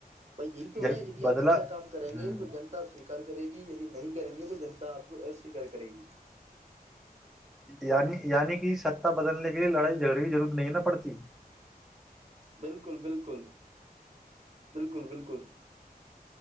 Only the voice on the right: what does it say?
بھائی یہی تو
ہے ی
آپ اچھا کام کریں
گے تو جنتا سیکار کرے گی ی نہیں کریں گے تو جنتا آپ کو ا اسویکار کرے گی
بالکل بالکل بالکل بالکل